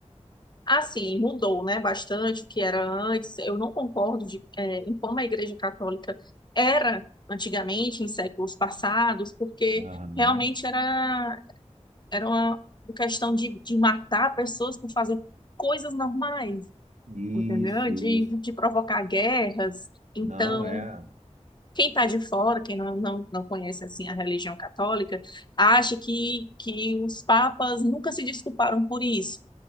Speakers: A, on the left; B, on the right.
A: Assim, mudou, né, bastante o que era antes. Eu não concordo de, é, em como a Igreja Católica era antigamente, em séculos passados, porque
B: Aham.
A: realmente era Era uma questão de, de matar pessoas por fazer coisas normais,
B: Isso,
A: entendeu? De,
B: isso.
A: de provocar guerras. Então,
B: Não é.
A: quem está de fora, quem não, não, não conhece assim a religião católica, acha que, que os papas nunca se desculparam por isso,